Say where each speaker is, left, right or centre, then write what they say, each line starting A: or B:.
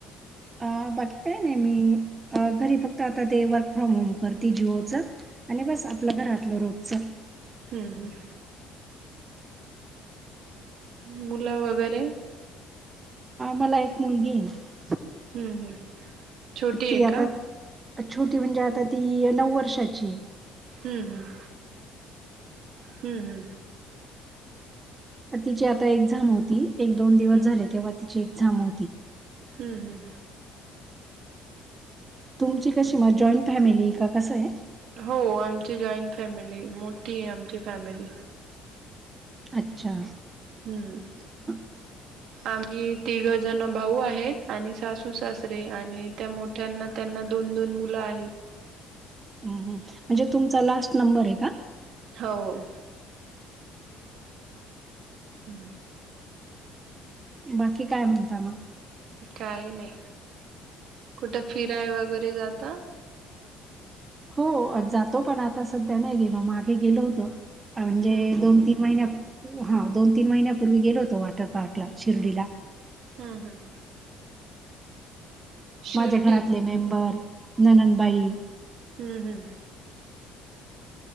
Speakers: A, on the right; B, on the right.
A: अ बाकी काय नाही मी घरी फक्त आता ते वर्क फ्रॉम होम करते अ जी ओ चं. आणि बस आपल्या घरातलं रोजचं.
B: हम्म -हम्म., मुलं वगैरे,
A: मला एक मुलगी ये
B: हम्म -हम् छोटी
A: ती
B: ये
A: आता
B: का?
A: छोटी म्हणजे आता ती नऊ वर्षाची ये.
B: हम्-हम्म हम्म, हम्म हम्म हम्म.
A: त तिची आता एक झांम होती, एक- दोन दिवस
B: हम्म
A: झाले तेव्हा तिची एक्झाम होती.
B: हम्म -हम्म. ह,
A: तुमची कशी म जॉईंट फॅमिली ये का भभभ कसं ये?
B: हो, आमची जॉईंट फॅमिली मोठी आहे, आमची फॅमिली
A: अच्छा,
B: हम्म,
A: ह. <inaudible>
B: आम्ही तिघ जण भाऊ आहेत, आणि सासू सासरे आणि त्या मोठ्या त्यांना- त्यांना दोन दोन मुलं आहेत.
A: हौ, हं म्हणजे तुमचा लास्ट नंबर हे का?
B: हो., हम्म,
A: बाकी काय म्हणता मग?
B: काही नाही कुठे फिराय वगैरे जाता?
A: हो जातो पण आता सध्या नाही गेलो, मागे गेलो होतो म्हणजे
B: हम्म
A: दोन, तीन महिन्या हा दोन तीन महिन्यापूर्वी गेलो होतो वॉटर पार्कला शिर्डीला
B: हम्म हम्म शिर्डी
A: माझ्या घरातले मेंबर, नननबाई
B: हम्म हम्म